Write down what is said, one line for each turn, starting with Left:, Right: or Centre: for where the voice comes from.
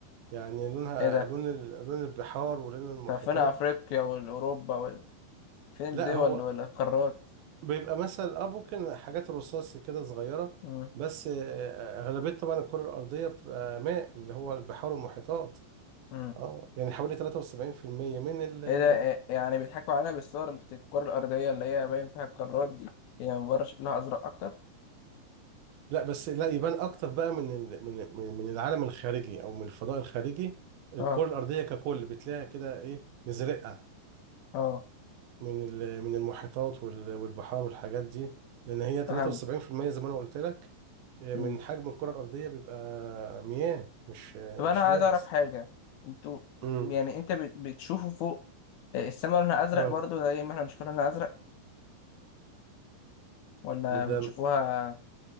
Right: يعني لونها
Left: ايه ده
Right: لون ال- لون البحار ولون المحيطات
Left: طب فين افريقيا والاوروبا وال... فين
Right: لا
Left: الدول
Right: هو
Left: والقارات
Right: بيبقى مثلا اه ممكن حاجات رصاصي كده صغيرة
Left: امم
Right: بس آه، آه، أغلبية طبعا الكرة الأرضية بتبقى ماء اللي هو البحار والمحيطات
Left: امم
Right: اه يعني حوالي 73% من ال
Left: ايه ده إيه... يعني بيضحكوا علينا بالصور بتاعت الكره الارضيه اللي هي باين فيها القارات دي هي من بره شكلها ازرق اكتر
Right: لا بس لا يبان اكتر بقى من ال- من من من العالم الخارجي او من الفضاء الخارجي الكره
Left: اه
Right: الارضيه ككل بتلاقيها كده ايه مزرقه
Left: اه
Right: من ال- من المحيطات وال- والبحار والحاجات دي لان هي
Left: فهمت
Right: 73% زي ما انا قلت لك آه،
Left: امم
Right: من حجم الكره الارضيه بيبقى مياه مش آه،
Left: طب
Right: مش
Left: انا عايز
Right: يابس
Left: اعرف حاجه انتوا
Right: امم
Left: يعني انت بت... بتشوفوا فوق السماء لونها ازرق
Right: اه
Left: برضو زي ما احنا بنشوف لونها ازرق ولا
Right: من ده
Left: بتشوفوها